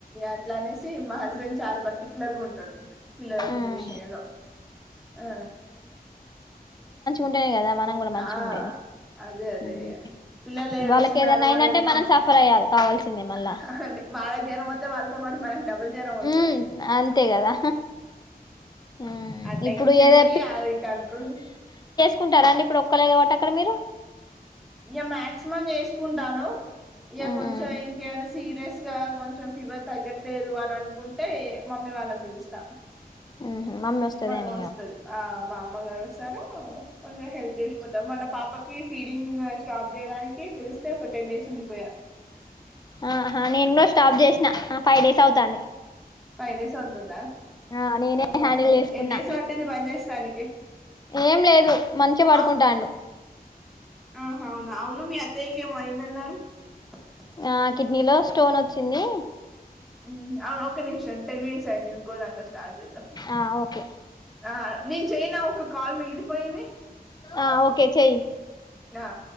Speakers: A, in the centre; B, on the left (about 25°).
A: అట్లా అనేసి మా హస్బెండ్ చాలా పర్టిక్యులర్గా ఉంటాడు పిల్లల
B: ఉమ్,
A: ఫుడ్ విషయంలో ఆ
B: ఉంటే కదా మనం కూడా మంచిగా
A: ఆ
B: ఉండేది
A: అదే అదే
B: ఉమ్.
A: ఇగ పిల్లలు ఏడుసున్నారు
B: వాళ్ళకి ఏదన్నా అయిందంటే
A: కాపడు
B: మనం సఫర్ అయ్యాలి కావాల్సిందే మళ్ళా
A: ఆ వాళ్ళకి జరం వాతే వాళ్ళతో పాటు మనకి డబుల్ జ్వరం వస్తుంది
B: ఉమ్, అంతే కదా ఉమ్,
A: ఆ టెన్షన్
B: ఇప్పుడు ఏదో
A: కి అది కంట్రోల్
B: కుంటారా అండి ఇప్పుడు ఒక్కళ్ళ కాబట్టి అక్కడ మీరు
A: ఇక మాక్సిమం చేసుకుంటాను ఇగ
B: ఉమ్,
A: కొంచం
B: ఉమ్,
A: ఇంక ఎం అన్న సీరియస్ గా కొంచెం ఫీవర్ తగ్గట్లేదు అని అనుకుంటే మమ్మీ వాళ్ళ ని పిలుస్తా
B: ఉమ్, వస్తదేమిగా
A: మమ్మీ ఒస్తది ఆ మా అమ్మ గారు వస్తారు కొంచెం హెల్ప్ చేసి పోత మొన్న పాపా ఫీడింగ్ స్టాప్ చేయడానికి పిలిస్తే టెన్ డేస్ ఉండిపోయారు
B: ఆహా నేను కూడా స్టాప్ చేసినా ఆ ఫైవ్ డేస్ అవుతాంది
A: ఫైవ్ డేస్ అవుతు తుందా
B: ఆ నేనే
A: ఆహా
B: హ్యాండిల్ చేసుకున్నా
A: ఎన్నిడేస్ బట్టింది బంద చేస్తానికి
B: ఏం లేదు మంచిగా పడుకుంటాండు
A: హౌ ఆహా అవున అవును మీ అత్తయ్యకి ఏమో అయిందన్నారు <inaudible>
B: ఆ కిడ్నీలో స్టోన్ వచ్చింది
A: ఉ అవును ఒక్క నిమిషం టెన్ మినిట్స్ అయింది ఇంకో దాంట్లో స్టార్ట్ చేద్దాం
B: ఆ ఓకే
A: ఆ నీను చేయనా ఒక కాల్ కాల్ మిగిలిపోయింది
B: ఆ ఓకే చెయ్యి
A: ఆ